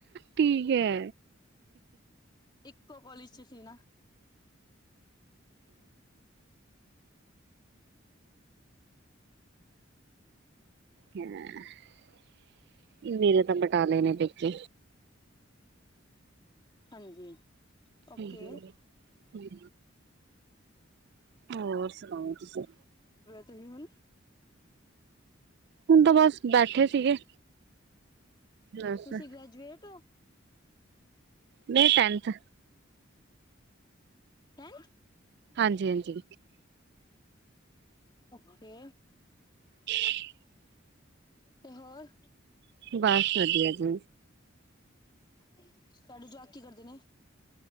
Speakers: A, on the right; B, on the left.
A: ਠੀਕ ਐ।
B: ਇੱਕੋ ਕੋਲਜ ਚ ਸੀ ਨਾ। <inaudible> <inaudible>
A: ਠੀਕ ਐ। ਮੇਰੇ ਤੇ ਬਟਾਲੇ ਨੇ ਪੇਕੇ।
B: ਹਾਂਜੀ। ਓਕੇ
A: ਠੀਕ। ਹੂੰ। ਹੋਰ ਸੁਣਾਓ ਤੁਸੀਂ
B: ਤੁਹੀ ਹੁਣ
A: ਹੁਣ ਤਾਂ ਬਸ ਬੈਠੇ ਸੀਗੇ। ਬਸ
B: ਤੁਸੀਂ ਗ੍ਰੈਜੂਏਟ ਔ?
A: ਮੈਂ ਟੈਨਥ
B: ਹੈਂ।
A: ਹਾਂਜੀ, ਹਾਂਜੀ।
B: ਓਕੇ।
A: <unintelligible>
B: ਤੇ ਹੋਰ
A: ਬਸ ਵਧੀਆ ਜੀ।
B: ਤੁਹਾਡੇ ਜੁਆਕ ਕੀ ਕਰਦੇ ਨੇ?